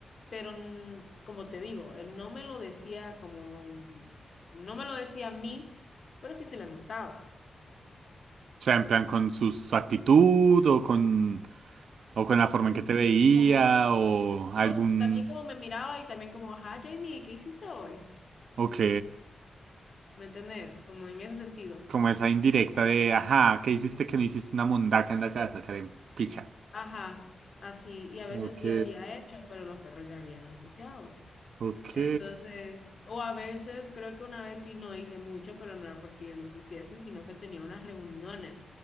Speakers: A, on the left; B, on the right.
A: pero mm, como te digo, él no me lo decía como, no me lo decía a mí, pero sí se le notaba.
B: O sea, en plan con su, su actitud o con, o con la forma en que te veía
A: como,
B: o
A: ah, no,
B: algún...
A: también como me miraba y también como, ajá, Jamie, ¿qué hiciste hoy?
B: Ok.
A: ¿Me entendés? Como en ese sentido.
B: Como esa indirecta de, ajá, ¿qué hiciste que no hiciste una mundaca en la casa, Karen? Picha.
A: Ajá, así, y a veces
B: Ok,
A: sí había hecho, pero los perros ya habían ensuciado.
B: ok.
A: Entonces, o a veces, creo que una vez sí no hice mucho, pero no era porque yo no quisiese, sino que tenía unas reuniones